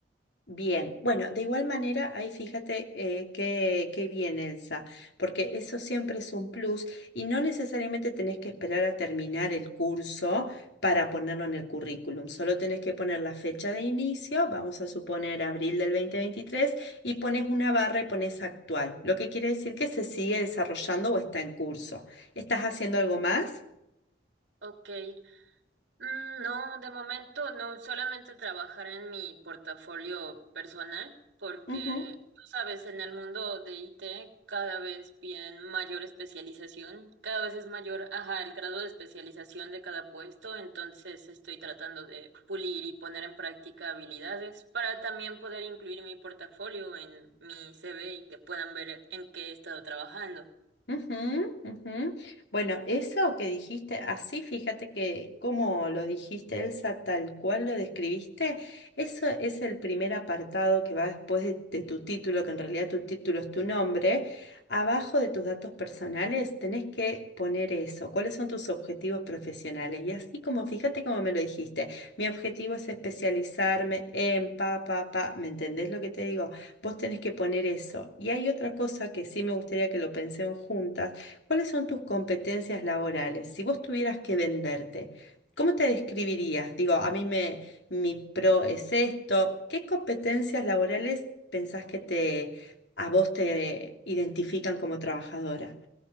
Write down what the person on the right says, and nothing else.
Ok, Mm, No, de momento no, solamente trabajar en mi portafolio personal, porque
tú sabes, en el mundo de IT cada vez piden mayor especialización, cada vez es mayor, ajá, el grado de especialización de cada puesto, entonces estoy tratando de pulir y poner en práctica habilidades para también poder incluir mi portafolio en mi CV y que puedan ver en qué he estado trabajando.